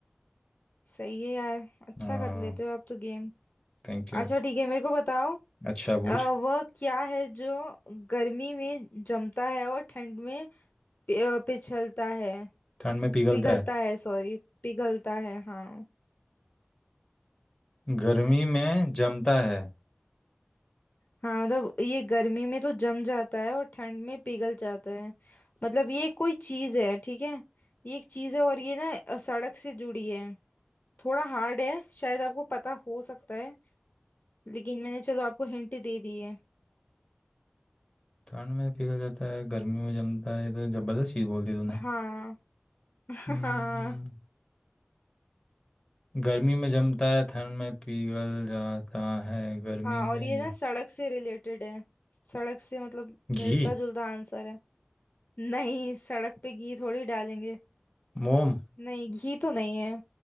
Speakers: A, on the left; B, on the left.
A: सही है यार अच्छा
B: हाँ
A: कर लेते हो आप तो गेम
B: Thank you
A: अच्छा ठीक है मेरे को बताओ
B: अच्छा
A: अ,
B: पूछ
A: वह क्या है जो गर्मी में जमता है और ठंड में पि- अ, पिछलता है
B: ठंड में पिघलता
A: पिघलता
B: है
A: है सॉरी पिघलता है हाँ
B: गर्मी में जमता है
A: हाँ मतलब ये गर्मी में तो जम जाता है और ठंड में पिघल जाता है मतलब ये कोई चीज है ठीक है ये एक चीज है और ये ना अ, सड़क से जुड़ी है थोड़ा हार्ड है शायद आपको पता हो सकता है लेकिन मैंने चलो आपको हिंट दे दी है
B: ठंड में पिघल जाता है गर्मी में जमता है ये तो जबरदस्त चीज बोल दी तूने
A: हाँ <laughs>
B: हम्म
A: हाँ
B: गर्मी में जमता है ठंड में पिघल जाता है गर्मी
A: हाँ और
B: में
A: ये ना सड़क से रिलेटेड है सड़क से मतलब मिलता
B: घी
A: जुलता आंसर है नहीं सड़क पे घी थोड़ी डालेंगे
B: मोम
A: नहीं घी तो नहीं है